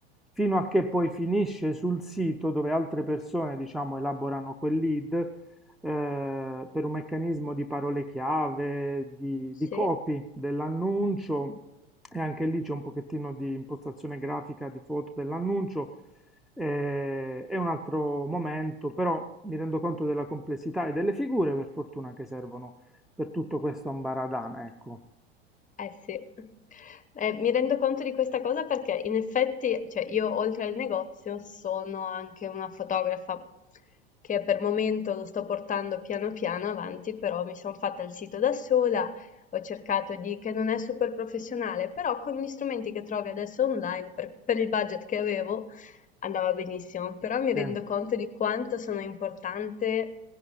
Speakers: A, in the centre; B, on the left.
A: fino a che poi finisce sul sito dove altre persone diciamo elaborano quel lead eh, per un meccanismo di parole chiave, di,
B: Sì.
A: di copy dell'annuncio e anche lì c'è un pochettino di impostazione grafica di foto dell'annuncio. eh, è un altro momento, però mi rendo conto della complessità e delle figure, per fortuna, che servono per tutto questo ambaradan, ecco.
B: Eh sì, eh, mi rendo conto di questa cosa perché in effetti, cioè io oltre al negozio sono anche una fotografa che per momento lo sto portando piano piano avanti, però mi sono fatta il sito da sola, ho cercato di, che non è super professionale, però con gli strumenti che trovi adesso online, per, per il budget che avevo, andava benissimo, però mi
A: Sì,
B: rendo conto di quanto sono importante